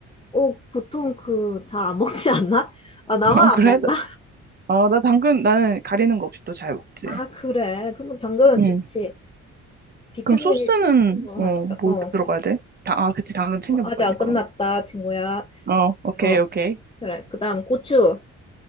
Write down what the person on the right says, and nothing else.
<laughs>
아,
그래?
아, 나 당근, 나는 가리는 거 없이 또 잘 먹지.
응.
그럼 소스는,
어, 뭐
들어가야
돼? 다, 아, 그치. 당근 챙겨
먹어야지,
그럼.
어, 오케이,
오케이.